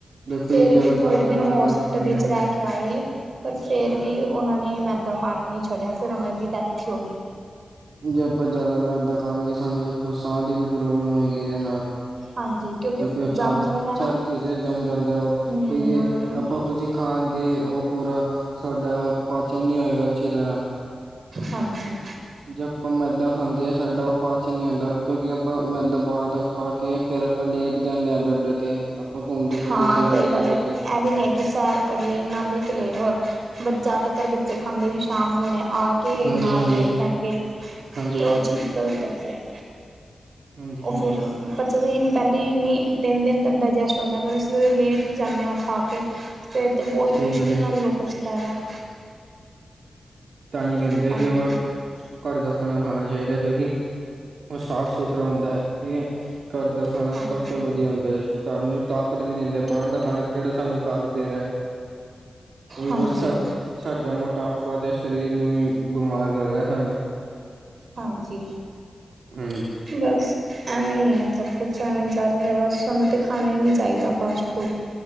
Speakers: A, on the right (about 70°); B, on the right (about 55°).
A: ਦੇਖੋ
B: ਫੇਰ
A: ਜੀ ਜਗ੍ਹਾ
B: ਵੀ
A: ਜ਼ਿਆਦਾ
B: ਥੋੜੇ ਦਿਨ
A: ਮੈਦਾ
B: ਹੋਸਪਿਟਲ
A: ਹਾਂਜੀ,
B: ਚ
A: ਹਾਂਜੀ।
B: ਰਹਿ ਕੇ ਆਏ ਪਰ ਫੇਰ ਵੀ ਉਹਨਾਂ ਨੇ ਮੈਦਾ ਖਾਣਾ ਨਹੀਂਵ ਛੱਡਿਆ ਫਿਰ ਉਹਨਾਂ ਦੀ ਡੈਥ ਹੀ ਹੋ ਗਈ।
A: ਜੇ ਆਪਾਂ ਜ਼ਿਆਦਾ ਮੈਦਾ ਖਾਣਗੇ ਸਾਨੂੰ ਦੇਖੋ ਸਾਹ ਦੀ ਵੀ ਪ੍ਰੋਬਲਮ ਹੋਏਗੀ ਇਹਦੇ ਨਾਲ ਕਿਉਂਕਿ
B: ਹਾਂਜੀ
A: ਉਹ
B: ਜੰਮ
A: ਛਾ
B: ਜਾਂਦਾ ਨਾ
A: ਛਾਤੀ ਚ ਜੰਮ ਜਾਂਦਾ ਉਹ
B: ਹੂੰ
A: ਠੀਕ ਏ ਆਪਾਂ ਕੁਝ ਖਾਣਗੇ ਉਹ ਪੂਰਾ ਸਾਡਾ ਪਾਚਨ ਨੀ ਹੋਏਗਾ ਅੱਛੀ ਤਰ੍ਹਾਂ।
B: ਹਾਂਜੀ।
A: ਜੇ ਆਪਾਂ ਮੈਦਾ ਖਾਂਦੇ ਹਾਂ ਸਾਡਾ ਉਹ ਪਾਚਨ ਨਹੀ ਹੁੰਂਦਾ ਕਿਉਂਕਿ ਆਪਾਂ ਮੈਦਾ ਬਾਹਰ ਦਾ ਖਾ ਕੇ ਫਿਰ ਆਪਾਂ ਲੇਟ ਜਾਂਦੇ ਹਾਂ ਬੈੱਡ ਤੇ ਆਪਾਂ ਘੁੰਮਦੇ ਫਿਰਦੇ
B: ਹਾਂ
A: ਸੈਰ
B: ਸਹੀ
A: ਨੀ
B: ਗੱਲ
A: ਕਰਦੇ
B: ਹੈ, ਇਹ
A: ਫਿਰ
B: ਵੀ ਨੀ ਹੈ ਕਿ ਸੈਰ ਕਰੀਏ ਨਾਲੇ ਕਿ ਲੇਟ ਹੋਰ, ਜ਼ਿਆਦਾਤਰ ਬੱਚੇ ਖਾਂਦੇ ਵੀ ਸ਼ਾਮ ਨੂੰ ਨੇ। ਆ ਕੇ
A: ਹਾਂਜੀ,
B: ਨਾਲ
A: ਹਾਂਜੀ,
B: ਲੇਟ ਜਾਣਗੇ
A: ਹਾਂਜੀ।
B: ਤੇ ਉਹ ਚੀਜ਼ ਗਲਤ ਹੈਗੀ ਐ।
A: ਹਾਂਜੀ-ਹਾਂਜੀ
B: ਉਹ ਫਿਰ ਬੱਚੇ ਤਾਂ ਇਹ ਨਹੀਂ ਪਹਿਲੀ ਇੰਨੀ ਤਿੰਨ ਦਿਨ ਤੱਕ ਡਾਇਜੈਸਟ ਹੁੰਦਾ ਅਗਰ ਅਸੀਂ ਉਹ ਲੇਟ ਵੀ ਜਾਂਦੇ ਆ ਖਾ ਕੇ। ਫੇਰ ਤੇ ਬਹੁਤ
A: ਸਹੀ
B: ਮੁਸ਼ਕਿਲ
A: ਗੱਲ ਏ
B: ਨਾਲ ਉਹ ਪਚਦਾ ਹੈਗਾ।
A: ਤਾਂਹੀ ਕਹਿੰਦੇ
B: ਹਾਂਜੀ,
A: ਕਿ ਓਵੇਂ ਘਰ ਦਾ ਖਾਣਾ-ਖਾਣਾ ਚਾਹੀਦਾ ਕਿਉਂਕਿ ਉਹ ਸਾਫ਼-ਸੁਥਰਾ ਹੁੰਦਾ। ਠੀਕ ਐ ਘਰ ਦਾ ਖਾਣਾ
B: ਹਾਂਜੀ।
A: ਸਭ ਤੋਂ ਵਧੀਆ ਹੁੰਦਾ ਤੁਹਾਨੂੰ ਤਾਕਤ ਵੀ ਦਿੰਦੇ, ਬਾਹਰ ਦਾ ਖਾਣਾ ਕਿਹੜਾ ਸਾਨੂੰ ਤਾਕਤ ਦੇ ਰਿਹਾ, ਓ ਵੀ
B: ਹਾਂਜੀ,
A: ਬਸ ਸਾਡਾ ਮੋਟਾਪਾ ਤੇ ਸਰੀਰ ਨੂੰ ਹੀ ਬਿਮਾਰ ਕਰ ਰਿਹਾ ਸਾਨੂੰ।
B: ਹਾਂਜੀ,
A: ਹਾਂਜੀ
B: ਬਸ ਐਵੇਂ ਹੀ ਆ। ਸਭ ਕੁਛ ਐਵੇਂ ਹੀ ਚੱਲ ਰਿਹਾ ਬਸ ਸਾਨੂੰ ਤੇ ਖਾਣਾ ਹੀ ਨਹੀਂ ਚਾਹੀਦਾ ਫਾਸਟ ਫੂਡ।